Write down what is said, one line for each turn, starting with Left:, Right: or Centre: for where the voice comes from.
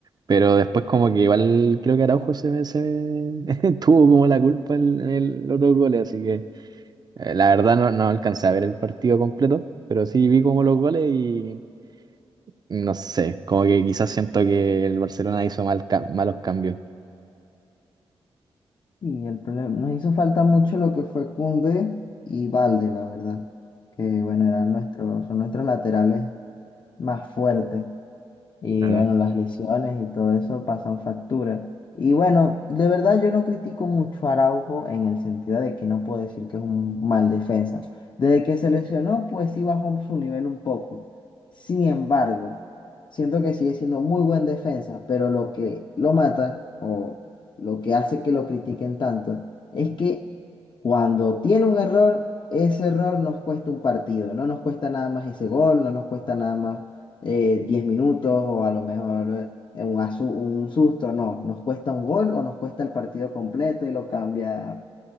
Right: Pero después como que igual creo que Araujo se, se <laughs> tuvo como la culpa en, en el- los dos goles, así que eh, la verdad no, no alcancé a ver el partido completo, pero sí vi como los goles y no sé, como que quizás siento que el Barcelona hizo mal, ca- malos cambios.
Left: Y el problema, nos hizo falta mucho lo que fue Koundé y Valde, la verdad. Que bueno, eran nuestros, son nuestros laterales más fuertes. Y
Right: Mm.
Left: bueno, las lesiones y todo eso pasan factura. Y bueno, de verdad yo no critico mucho a Araujo en el sentido de que no puedo decir que es un mal defensa. Desde que se lesionó, pues sí bajó su nivel un poco. Sin embargo, siento que sigue siendo muy buen defensa, pero lo que lo mata o lo que hace que lo critiquen tanto es que cuando tiene un error, ese error nos cuesta un partido. No nos cuesta nada más ese gol, no nos cuesta nada más eh, 10 minutos o a lo mejor eh, un, asu- un susto, no, nos cuesta un gol o nos cuesta el partido completo y lo cambia,